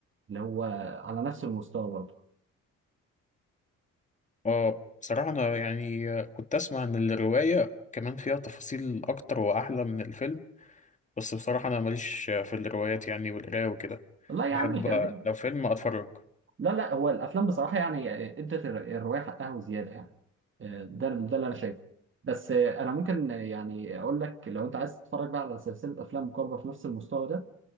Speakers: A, on the right; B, on the left.
A: اللي هو على نفس المستوى برضه
B: أه بصراحة أنا يعني آه، كنت أسمع إن الرواية كمان فيها تفاصيل أكتر وأحلى من الفيلم بس بصراحة أنا ماليش في الروايات يعني والقراية وكده
A: لا
B: بحب
A: يا عم خليني
B: آه، لو فيلم أتفرج
A: لا لا هو الافلام بصراحه يعني آه، ادت الر- الروايه حقها وزياده يعني آه، ده ده اللي انا شايفه بس آه، انا ممكن آه، يعني اقول لك لو انت عايز تتفرج بقى على سلسله افلام مقاربه في نفس المستوى ده